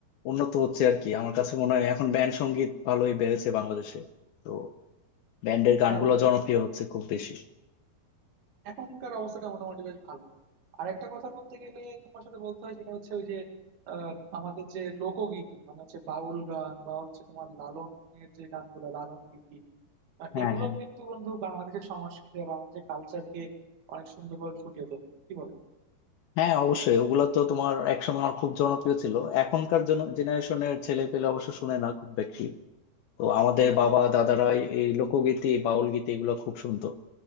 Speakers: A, on the left; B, on the right.
A: উন্নত হচ্ছে আর কি আমার কাছে মনে হয় এখন ব্যান্ড সঙ্গীত ভালোই বেড়েছে বাংলাদেশে তো ব্যান্ডের গানগুলো
B: হ্যাঁ বন্ধু
A: জনপ্রিয় হচ্ছে খুব বেশি
B: এখনকার অবস্থাটা মোটামুটি বেশ ভালো আর একটা কথা বলতে গেলে তোমার সাথে বলতে হয় সেটা হচ্ছে ওই যে আহ, আমাদের যে লোকগীতি মানে হচ্ছে বাউল গান বা হচ্ছে তোমার লালনের যে গানগুলো লালন গীতি আহ,
A: হ্যাঁ
B: এগুলোও
A: হ্যাঁ
B: কিন্তু বন্ধু বাংলাদেশের সংস্কৃতি বা বাংলাদেশের কালচারকে অনেক সুন্দরভাবে ফুটিয়ে তোলে কি বলো
A: হ্যাঁ অবশ্যই ওগুলা তো তোমার একসময় আমার খুব জনপ্রিয় ছিল এখনকার জেনারেশনের ছেলে পেলে অবশ্য শুনে না খুব বেশি তো আমাদের বাবা দাদারা এই এই লোকগীতি বাউল গীতি এগুলো খুব শুনতো